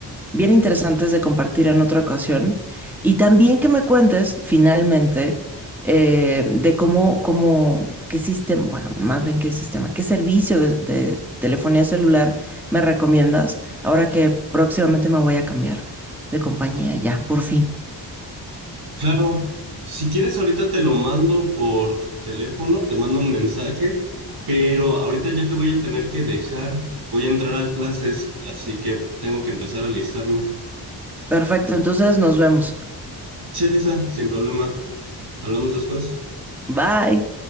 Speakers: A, in the centre; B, on the right (about 65°).
A: bien interesantes de compartir en otra ocasión. Y también que me cuentes, finalmente, eh, de cómo, cómo, qué sistema, bueno, más bien qué sistema, qué servicio de, de telefonía celular me recomiendas ahora que próximamente me voy a cambiar de compañía ya, por fin.
B: Claro, si quieres ahorita te lo mando por teléfono, te mando un mensaje, pero ahorita ya te voy a tener que dejar, voy a entrar a clases, así que tengo que empezar a alistarme.
A: Perfecto, entonces nos vemos.
B: Sí, Elisa, sin problema, hablamos después.
A: Bye.